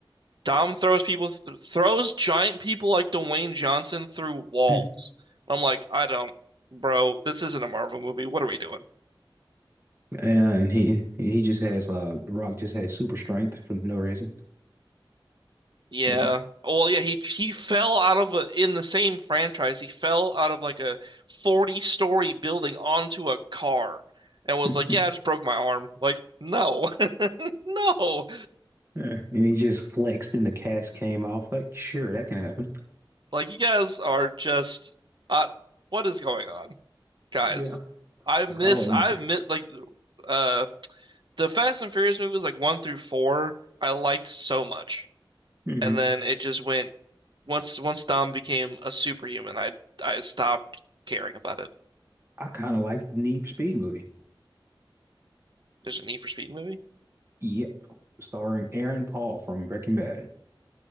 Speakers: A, on the right; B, on the right.
A: Dom throws people th throws giant people like Dwayne Johnson through walls.
B: Hmm.
A: I'm like, I don't, bro, this isn't a Marvel movie. What are we doing?
B: And he he just has uh The Rock just has super strength for no reason.
A: Yeah.
B: Yeah.
A: Well, yeah, he he fell out of a, in the same franchise. He fell out of like a 40 story building onto a car and
B: <laughs>
A: was like, "Yeah, I just broke my arm." Like, no. <laughs> No.
B: Yeah. And he just flexed and the cast came off. Like, sure, that can happen.
A: Like you guys are just uh, what is going on? Guys,
B: Yeah.
A: I miss
B: Oh, and
A: I miss like uh the Fast and Furious movies, like one through four, I liked so much,
B: hmm
A: and then it just went once once Dom became a superhuman, I I stopped caring about it.
B: I kind of like Need for Speed movie.
A: There's a Need for Speed movie.
B: Yep. Starring Aaron Paul from Breaking Bad.